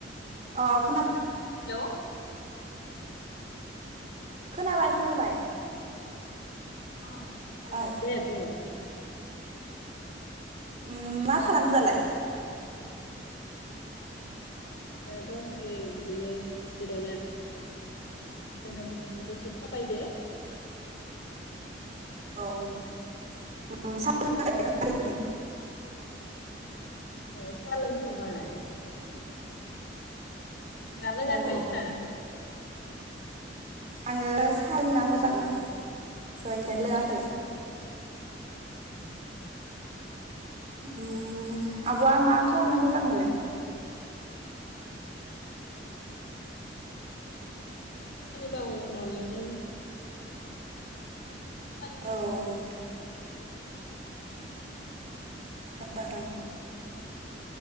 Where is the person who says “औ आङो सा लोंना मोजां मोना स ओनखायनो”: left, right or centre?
Right